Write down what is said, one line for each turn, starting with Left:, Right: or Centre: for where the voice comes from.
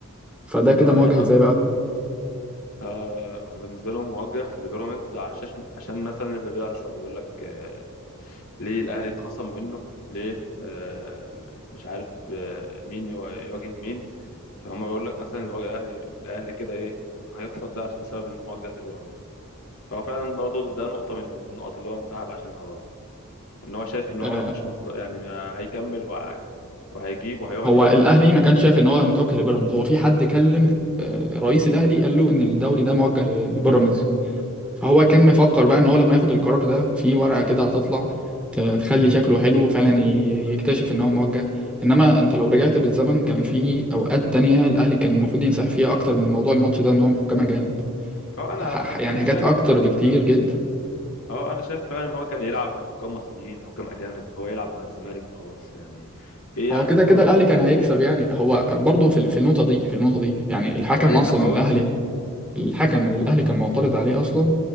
Centre: فده كده
Left: اه
Centre: مواجهة
Left: يعني
Centre: ازاي بقى
Left: آه هو بالنسبه لهم موجه لبيراميدز عشان عشان مثلا اللي بيحصل يقول لك آه ليه الاهلي اتخصم منه ليه آه مش عارف آه مين يو- يواجه مين فهم بيقول لك مثلا الوا- الاهلي الاهلي كده ايه هيخسر ده عش- بسبب انه موجه لبيراميدز فهو فعلا برضه ده نقطه من النقط اللي هو انسحب عشانها برضه ان هو شايف ان هو
Centre: آه،
Left: مفيش مصلحه يعني هيكمل وه... وهيجيب وهيقعد
Centre: هو
Left: ينحي
Centre: الاهلي
Left: على الفاضي
Centre: ما كانش شايف ان هو متوجه لبيراميدز هو في حد كلم آه، رئيس الاهلي قال له ان الدوري ده موجه لبيراميدز فهو كان مفكر بقى ان هو لما ياخد القرار ده في ورقة كده هتطلع ت- تخلي شكله حلو وفعلا ي- يكتشف ان هو موجه انما انت لو رجعت بالزمن كان في اوقات تانية الاهلي كان المفروض ينسحب فيها اكتر من موضوع الماتش ده ان هو محكمة جانب
Left: اه انا
Centre: ح- ح- يعني
Left: انا
Centre: حاجات
Left: شايف
Centre: اكتر بكتير
Left: اه
Centre: جدا
Left: آه، انا شايف فعلا ان هو كان يلعب حكام مصريين حكام اجانب هو يلعب مع الزمالك وخلاص يعني ايه يعني
Centre: هو كده
Left: حكام
Centre: كده الاهلي
Left: مصريين
Centre: كان هيكسب يعني هو
Left: مم.
Centre: برضه في ال- في النقطة دي في النقطة دي يعني الحكم
Left: سواء يكسب
Centre: اصلا
Left: او
Centre: الاهلي
Left: يخسر
Centre: الحكم من الاهلي كان معترض عليه اصلا